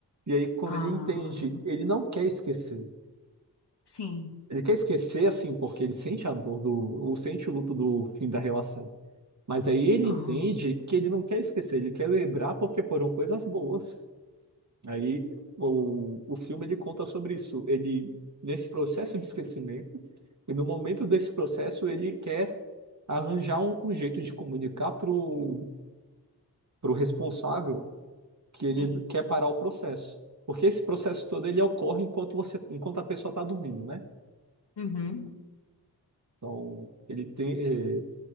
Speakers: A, on the right; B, on the left.
A: E aí, quando
B: Ah,
A: ele entende, ele não quer esquecer.
B: sim.
A: Ele quer esquecer, assim, porque ele sente a dor do, ou sente o luto do fim da relação. Mas aí ele
B: Aham.
A: entende que ele não quer esquecer, ele quer lembrar porque foram coisas boas. Aí o, o filme ele conta sobre isso. Ele nesse processo de esquecimento e no momento desse processo ele quer arranjar um, um jeito de comunicar pro pro responsável que ele
B: Sim.
A: quer parar o processo, porque esse processo todo ele ocorre enquanto você enquanto a pessoa está dormindo, né?
B: Uhum.
A: Então ele tem eh,